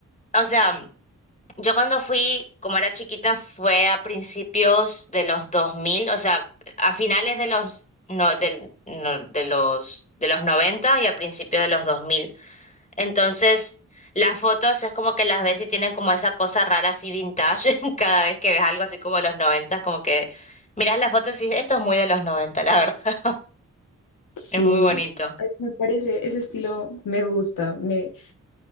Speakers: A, on the left (about 20°); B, on the left (about 80°).
A: o sea, yo cuando fui, como era chiquita, fue a principios de los 2000, o sea, a finales de los no, del, no- de los de los 90 y a principios de los 2000. Entonces, las fotos es como que las ves y tienen como esa cosa rara así vintage <laughs> cada vez que ves algo así como de los 90 como que miras las fotos y dices, esto es muy de los 90, la verdad. <laughs>
B: Sí,
A: Es muy bonito.
B: Ay, me parece, ese estilo me gusta, me,